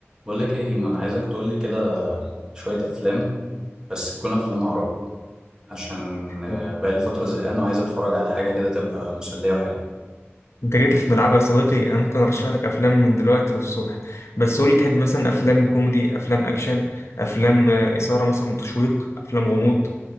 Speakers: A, on the right (about 15°); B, on the left (about 75°).
A: بقول لك ايه يا هيما انا عايزك تقول لي كده شويه افلام بس تكون افلام عربي عشان آه،
B: انت
A: بقالي فتره زهقان وعايز اتفرج على حاجه كده تبقى مسليه وحلوه
B: جيت لي في ملعبي يا صديقي انا ممكن ارشح لك افلام من دلوقتي للصبح بس قول لي تحب مثلا افلام كوميدي افلام اكشن افلام آه، اثاره مثلا تشويق افلام غموض